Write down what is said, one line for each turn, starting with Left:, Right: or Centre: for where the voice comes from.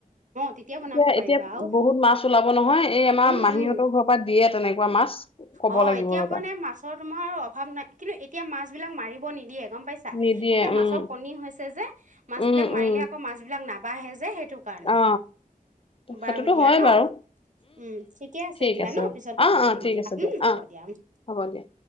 Right: তেতিয়া বনাব
Left: এতিয়া -এতিয়া
Right: পাৰিবা আৰু
Left: বহুত মাছ ওলাব নহয় এই আমাৰ
Right: উম
Left: মাহীহঁতও
Right: উম
Left: ঘৰত দিয়ে তেনেকুৱা মাছ। ক'ব
Right: অ',
Left: লাগিব
Right: এতিয়া
Left: ৰবা
Right: মানে মাছৰ তোমাৰ অভাৱ নাই কিন্তু এতিয়া মাছ বিলাক মাৰিব নিদিয়ে গম পাইছা।
Left: নিদিয়ে
Right: এতিয়া
Left: উম
Right: মাছৰ কণী হৈছে যে মাছ
Left: উম
Right: বিাক মাৰিলে
Left: উম
Right: আকৌ বিাক নাবঢ়ে যে কাৰণে।
Left: অ
Right: বাৰু
Left: সেইটোতো
Right: দিয়া
Left: হয়
Right: ন,
Left: বাৰু
Right: উম ঠিকে আছে
Left: ঠিক
Right: দিয়া ন পিছত কথা
Left: অ অ
Right: পাতিম
Left: ঠিক
Right: দিয়া
Left: আছে
Right: উম। হ'ব
Left: অ
Right: দিয়া উম।
Left: হ'ব দিয়া।